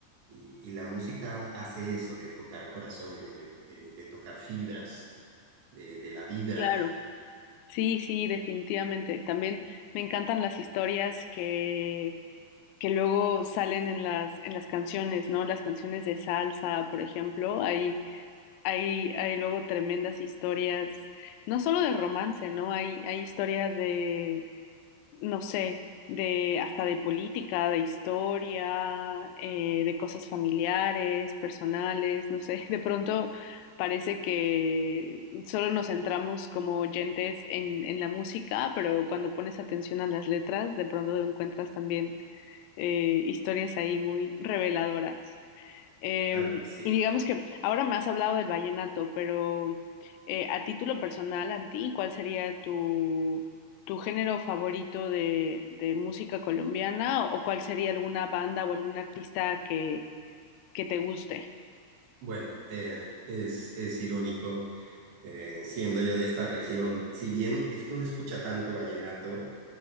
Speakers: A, on the right (about 65°); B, on the left (about 90°).
A: Y, y la música hace eso, de tocar corazones, de, de, de tocar fibras, de, de la vibra.
B: claro. Sí, sí, definitivamente. También me encantan las historias que, que luego salen en las, en las canciones, ¿no? Las canciones de salsa, por ejemplo, hay Hay, hay luego tremendas historias, no solo de romance, ¿no? Hay, hay historias de, no sé, de hasta de política, de historia, eh, de cosas familiares, personales, no sé. <laughs> De pronto parece que solo nos centramos como oyentes en, en la música, pero cuando pones atención a las letras, de pronto encuentras también eh, historias ahí muy reveladoras. Eh,
A: Ah, sí,
B: y digamos que ahora me has hablado del vallenato, pero eh, a título personal, a ti, ¿cuál sería tu, tu género favorito de, de música colombiana o, cuál sería alguna banda o algún artista que, que te guste?
A: bueno, eh, es, es irónico, eh, siendo yo de esta región, si bien es que uno escucha tanto vallenato,